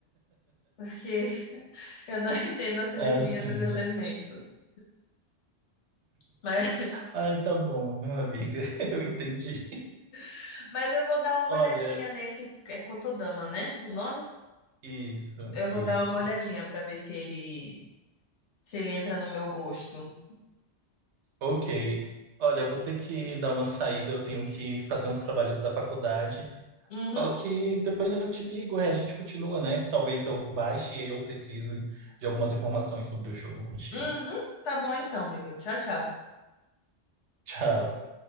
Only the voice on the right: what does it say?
Assim.
Ai, tá bom, meu amigo, <laughs> eu entendi.
Olha,
isso,
isso.
Ok. Olha, eu vou ter que dar uma saída, eu tenho que fazer uns trabalhos da faculdade.
Só que depois eu te ligo, é, a gente continua, né? Talvez eu baixe e aí eu preciso de algumas informações sobre o jogo contigo.
Tchau.